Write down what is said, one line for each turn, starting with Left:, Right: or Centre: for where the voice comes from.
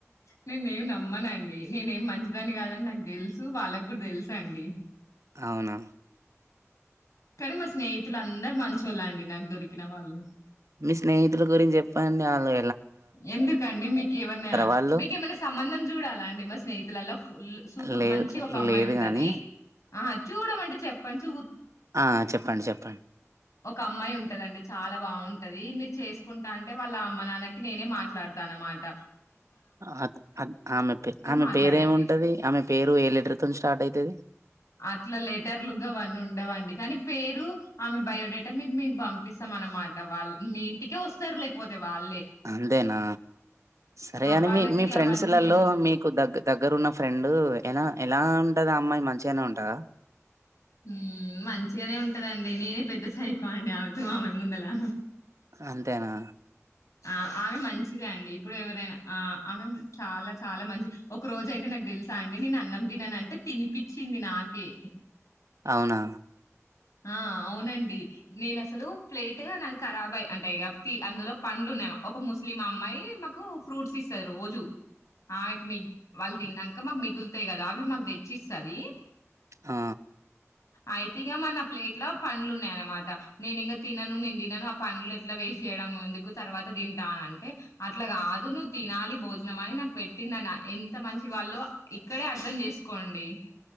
Left: నేనేం నమ్మనండి నేనేమి మంచిదాన్ని కాదని నాకు తెలుసు వాళ్ళగుడ్ తెలుసండి.
Right: అవునా
Left: కానీ మా స్నేహితులు అందరు మంచోళ్ళే అండి నాకు దొరికిన వాళ్ళు.
Right: మీ స్నేహితుల గురించి చెప్పండి ఆల్లె
Left: ఎందుకండి మీకు ఏమన్నా
Right: వాళ్ళు?
Left: మీకేమన్నా సంబంధం చూడాలా అండి మా స్నేహితులలో ఫుల్ సూప
Right: లేదు
Left: మంచిగ ఒక అమ్మాయి
Right: లేదు
Left: ఉంటాది
Right: గాని
Left: ఆ చూడమంటె చెప్పండి చూ
Right: ఆ చెప్ ప్పండి చెప్పండి
Left: ఒక అమ్మాయి ఉంటదండి చాలా బాగుంటది మీరు చేసుకుంటా అంటె వాళ్ళ అమ్మ నాన్నకి నేనే మాట్లాడతా అనమాట.
Right: అ అ ఆమె పే ఆమె
Left: మాట్లాడండి.
Right: పేరు ఏముంటది ఆమె పేరు ఏ లేటర్ తోని స్టార్ట్ అయితది
Left: అట్లా లెటర్లు గవన్నీ ఉండవండి కానీ పేరు ఆమె బయోడేటా మీకు మేం పంపిస్తాం అన్నమాట వాళ్ళు మీ ఇంటికే వస్తారు లేకపోతె వాళ్
Right: అంతేనా సరే గాని
Left: వాళ్ళకి
Right: మీ మీ ఫ్రెండ్స్
Left: అవన్నీ
Right: లలో
Left: ఏముంది.
Right: మీకు దగ్గ దగ్గర ఉన్న ఫ్రెండ్ ఎలా ఎలా ఉంటది ఆ అమ్మాయి మంచిగానె ఉంటదా
Left: ఉమ్మ్ మంచిగనె ఉంటదండి. నేనె పెద్ద సైకో అండి ఆమెతో ఆమె ముందలా
Right: అంతెనా
Left: ఆ ఆమె మంచిదే అండి ఇప్పుడు ఎవరైనా ఆ ఆమె చాలా చాలా మంచిది. ఒక రోజ అయితె నాకు తెలుసా అండి నేను అన్నం తిననంటె తినిపిచ్చింది నాకే
Right: అవునా
Left: ఆ అవునండి నేను అసలు ప్లేటు నాది కరాబ్ అయ్య అంటే ఇగా తి అందులో పండ్లు ఉన్యామ ఒక ముస్లిం అమ్మాయి మాకు ఫ్రూట్స్ ఇస్త రోజు ఆమెకి మి వాళ్ళు తిన్నంక మాకు మిగులుతాయి కదా అవి మాకు తెచ్చిస్తాది
Right: ఆ
Left: అయితే ఇగ మనం ప్లేట్ల పండ్లున్నాయ్ అనమాట. నేనింగ తినను నేను తినను ఆ పండ్లు ఎట్ల వేస్ట్ చేయడం ఎందుకు తర్వాత తింటానంటే అట్లా కాదు నువ్వు తినాలి భోజనం అని నాకు పెట్టిందన్న ఎంత మంచి వాళ్ళు ఇక్కడే అర్ధం చేసుకోండి.